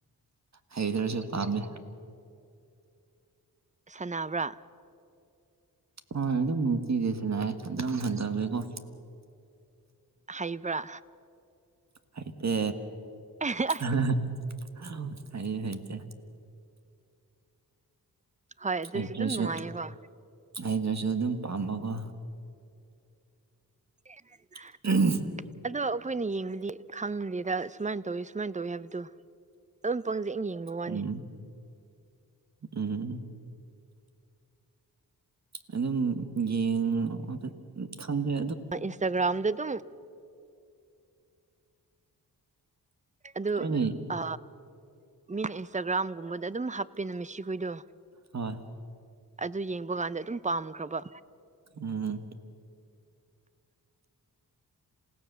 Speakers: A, on the right; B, on the right.
A: ꯍꯩꯗ꯭ꯔꯁꯨ ꯄꯥꯝꯃꯦ
B: ꯁꯥꯅꯕ꯭ꯔꯥ
A: ꯍꯣꯢ ꯑꯗꯨꯝ ꯅꯨꯡꯇꯤꯗꯤ ꯁꯥꯅꯥꯏꯌꯦ ꯑꯗꯨꯝ ꯍꯟꯗꯕꯩꯀꯣ
B: ꯍꯩꯕ꯭ꯔꯥ
A: ꯍꯩꯇꯦ
B: <inaudible>
A: <unintelligible> ꯑꯩ ꯍꯩꯇꯦ
B: ꯍꯣꯏ ꯑꯗꯨꯁꯨ
A: ꯍꯩꯇ꯭ꯔꯁꯨ
B: ꯑꯗꯨꯝ ꯅꯨꯡꯉꯥꯏꯌꯦꯀꯣ
A: ꯍꯩꯇ꯭ꯔꯁꯨ ꯑꯗꯨꯝ ꯄꯥꯝꯕꯀꯣ
B: <inaudible>
A: <inaudible>
B: ꯑꯗꯨ ꯑꯩꯈꯣꯏꯅ ꯌꯦꯡꯉꯗꯤ ꯈꯪꯗꯦꯗ ꯁꯨꯃꯥꯏꯅ ꯇꯧꯋꯤ ꯁꯨꯃꯥꯏꯅ ꯇꯧꯋꯤ ꯍꯥꯏꯕꯗꯣ ꯑꯗꯨꯝ ꯄꯪꯖꯦꯛ ꯌꯦꯡꯕ ꯋꯥꯅꯤ
A: ꯎꯝ ꯎꯝ ꯑꯗꯨꯝ ꯌꯦꯡꯉꯣ ꯈꯪꯗ꯭ꯔꯦ
B: ꯏꯟꯁꯇꯥꯒ꯭ꯔꯥꯝꯗ ꯑꯗꯨꯝ ꯑꯗꯨ
A: ꯇꯣꯏꯅ
B: ꯑ ꯃꯤꯅ ꯏꯟꯁꯇꯥꯒ꯭ꯔꯥꯝꯒꯨꯝꯕꯗ ꯑꯗꯨꯝ ꯍꯥꯞꯄꯦꯅ ꯃꯤꯁꯤꯈꯣꯏꯗꯨ
A: ꯍꯣꯏ
B: ꯑꯗꯨ ꯌꯦꯡꯕ ꯀꯥꯟꯗ ꯑꯗꯨꯝ ꯄꯥꯝꯈ꯭ꯔꯕ
A: ꯎꯝ